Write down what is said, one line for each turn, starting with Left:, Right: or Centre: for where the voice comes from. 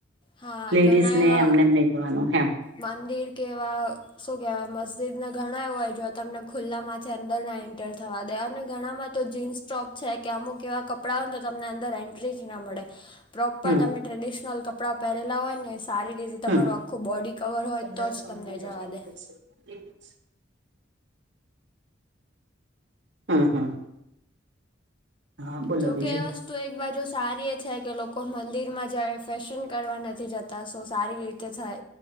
Left: હા
Right: લેડીસને
Left: ઘણા એવા
Right: એમને, એમને જવાનું એમ.
Left: મંદિર કેવા? શું કેહેવાય, મસ્જિદ ને? ઘણા એવો હોય, જો તમને ખુલ્લા માંથી અંદર ના એન્ટર થવા દે, અને ઘણામાં તો જીન્સ ટોપ છે કે અમુક એવા કપડાં હોય ને, તો તમને અંદર એન્ટ્રી જ ના મળે. પ્રોપર,
Right: હમ
Left: તમે ટ્રેડિશનલ કપડાં પહેરેલા હોય ને, સારી રીતે તમારું
Right: હમ
Left: આખું બોડી
Right: <unintelligible>
Left: કવર હોય તો જ તમને જવા દે
Right: હમ, હમ. હા બોલો
Left: જો
Right: બીજું
Left: કેવા? તો એક બાજુ સારી એ છે કે લોકો મંદિર માં જ ફર્ેશન કરવા નથી જતા, સો સારી. તે થાય,